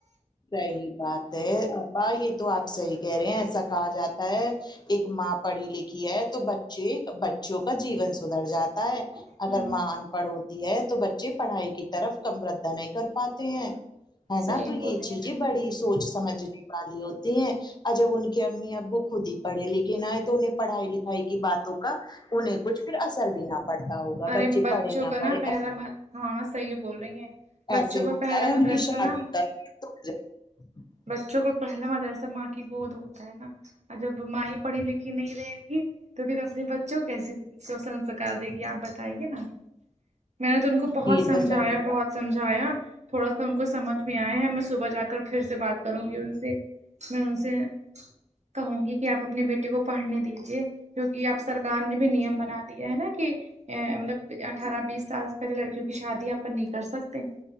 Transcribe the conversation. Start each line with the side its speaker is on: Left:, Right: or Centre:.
Left: صحیح بات ہے آپا یہ تو آپ صحیح کہہ رہے ہیں ایسا کہا جاتا ہے ایک ماں پڑھی لکھی ہے تو بچے بچوں کا جیون سدھر جاتا ہے
Right: ہوں
Left: اگر ماں ان پڑھ ہوتی ہے تو بچے پڑھائی کی طرف کم ردا نہیں کر پاتے ہیں ہے
Right: صحیح
Left: نا تو یہ
Right: بول رہی
Left: چیزیں
Right: ہیں
Left: بڑی سوچ سمجھنے والی ہوتی ہیں اور جب ان کے امی ابو خود ہی پڑھے لکھے نۓ تو انہیں پڑھائی لکھ کی باتوں کا انہیں کچھ پھر اثر بھی نہ پڑ پڑھتا ہوگا
Right: ارے
Left: بچے
Right: بچوں
Left: پڑھے نہ
Right: کا نا
Left: پڑھے
Right: پہلا م... ہاں صحیح بول رہی ہیں بچوں
Left: ایسے ہوتا
Right: کا پہلا
Left: ہے
Right: مدرسہ
Left: ان کی شادی
Right: نا
Left: کا <unintelligible>
Right: بچوں کو پہلا مدرسہ ماں کی گود ہوتا ہے نا جب ماں ہی پڑھی لکھی نہیں رہے گی تو پھر اپنے بچوں کو کیسے سسنسکار دے گی آپ بتائیے نا میں نے تو ان کو بہت
Left: یہ
Right: سمجھایا
Left: تو صحیح
Right: بہت
Left: بات
Right: سمجھایا تھوڑا سا ان کو سمجھ میں آیا ہے میں صبح جا کر پھر سے بات کروں گی ان سے میں ان سے کہوں گی کہ آپ اپنے بیٹے کو پڑھنے دیجیے کیوںکہ اب سرکار نے بھی نیم بنا دیا ہے نا کہ ا مطلب اٹھارہ بیس سال سے پہلے لڑکیوں کی شادی اپن نہیں کر سکتے